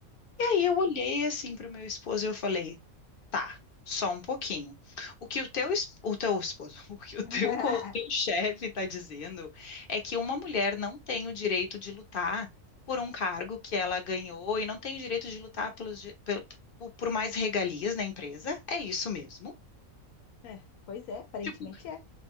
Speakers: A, on the left; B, on the left.
A: E aí eu olhei assim pro meu esposo e eu falei, tá, só um pouquinho. O que o teu, es- o teu esposo, <laughs> o que o
B: <laughs>
A: teu, co- o teu chefe tá dizendo é que uma mulher não tem o direito de lutar por um cargo que ela ganhou e não tem o direito de lutar pelos, di- pel- por por mais regalias na empresa. É isso mesmo?
B: É, pois é, aparentemente
A: Tipo,
B: é.